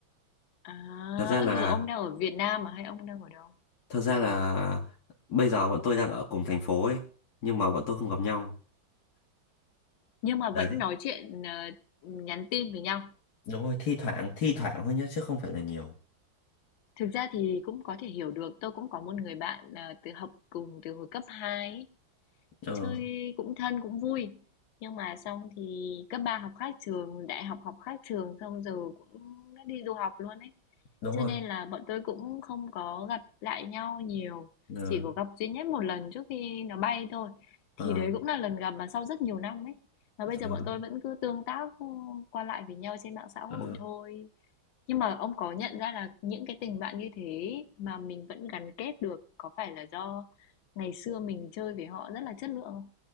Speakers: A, on the left; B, on the left.
A: À,
B: Thật ra
A: ơ,
B: là
A: giờ ông đang ở Việt Nam mà hay ông đang ở đâu?
B: thật ra là bây giờ bọn tôi đang ở cùng thành phố ấy, nhưng mà bọn tôi không gặp nhau.
A: Nhưng mà vẫn
B: Đấy,
A: nói chuyện, ờ, nhắn tin với nhau.
B: đúng rồi, thi thoảng thi thoảng thôi nhá chứ không phải là nhiều.
A: Thực ra thì cũng có thể hiểu được, tôi cũng có một người bạn, ờ, từ học cùng từ hồi cấp 2 ấy.
B: Ờ,
A: Chơi cũng thân cũng vui. Nhưng mà xong thì cấp 3 học khác trường, đại học học khác trường xong giờ cũng đã đi du học luôn ấy.
B: đúng rồi.
A: Cho nên là bọn tôi cũng không có gặp lại nhau nhiều,
B: Ờ,
A: chỉ có gặp duy nhất một lần trước khi nó bay thôi.
B: ờ.
A: Thì đấy cũng là lần gặp mà sau rất nhiều năm ấy. Và bây
B: Ờ,
A: giờ bọn tôi vẫn cứ tương tác qua lại với nhau trên mạng xã hội
B: ờ,
A: thôi. Nhưng mà ông có nhận ra là những cái tình bạn như thế mà mình vẫn gắn kết được có phải là do ngày xưa mình chơi với họ rất là chất lượng không?